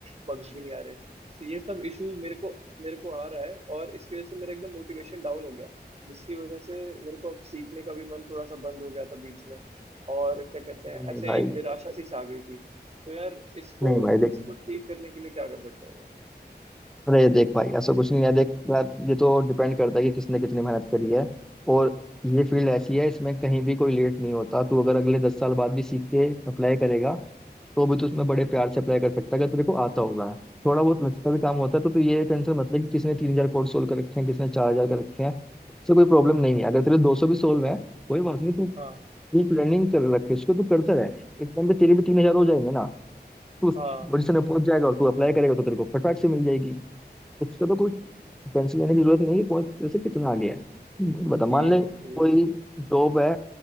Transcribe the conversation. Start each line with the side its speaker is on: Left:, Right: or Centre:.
Right: बग्स भी नहीं आ रहे तो ये सब इशू मेरे को मेरे को आ रहा है और इसकी वजह से मेरा एकदम मोटिवेशन डाउन हो गया जिसकी वजह से मेरे को अब सीखने का भी मन थोड़ा सा बंद हो गया था बीच में और क्या कहते
Centre: नहीं
Right: हैं
Centre: नहीं
Right: ऐसे
Centre: भाई
Right: एक निराशा सी छा गई थी तो यार इसको
Centre: नहीं भाई देख
Right: इसको ठीक करने के लिए क्या कर सकता हूँ मैं?
Centre: अरे देख भाई ऐसा कुछ नहीं है देख यार ये तो डिपेंड करता है कि किसने कितनी मेहनत करी है और ये फील्ड ऐसी है इसमें कहीं भी कोई लेट नहीं होता तू अगर अगले दस साल बाद भी सीख के अप्लाई करेगा तो भी तू उसमें बड़े प्यार से अप्लाई कर सकता है अगर तेरे को आता होगा थोड़ा बहुत लगता भी काम होता है तो तू ये टेंशन मत ले कि किसने तीन हजार कोड सोल्व कर रखे हैं किसने चार हजार कर रखे हैं उससे कोई प्रॉब्लम नहीं है अगर तेरे दो सौ भी सोल्व है कोई बात नहीं तू
Right: हाँ
Centre: डीप लर्निंग कर रखे उसको तू करता रहे एक टाइम पे तेरे भी तीन हजार हो जाएंगे ना तू
Right: हाँ
Centre: पोजीशन में पहुंच जाएगा और तू अप्लाई करेगा तो तेरे को फटाक से मिल जाएगी उसका तो कोई टेंशन लेने की जरूरत नहीं है पॉइंट तेरे से कितना आगे है बता
Right: ठीक
Centre: मान ले
Right: है ठीक
Centre: कोई
Right: है
Centre: जॉब है